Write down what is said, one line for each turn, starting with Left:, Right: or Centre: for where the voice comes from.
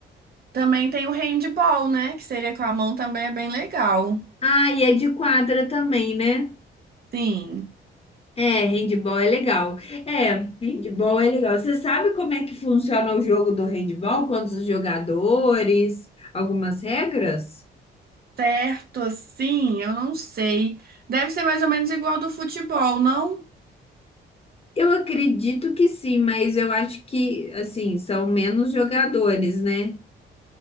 Right: Também tem o handball, né? Que seria com a mão também é bem legal.
Left: Ah, e é de quadra também, né?
Right: Sim.
Left: É, handball é legal. É, handball é legal. Você sabe como é que funciona o jogo do handball? Quantos jogadores? Algumas regras?
Right: Certo, assim, eu não sei. Deve ser mais ou menos igual do futebol, não?
Left: Eu acredito que sim, mas eu acho que, assim, são menos jogadores, né?